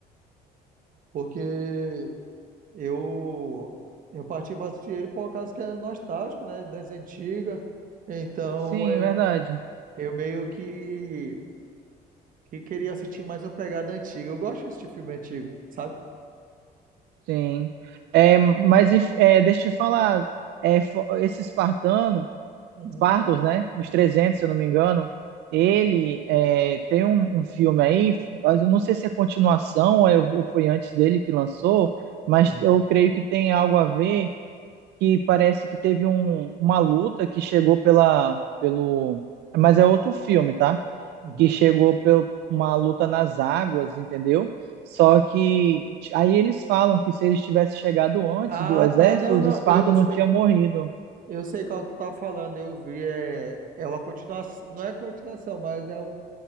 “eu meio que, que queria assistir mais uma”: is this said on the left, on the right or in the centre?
Right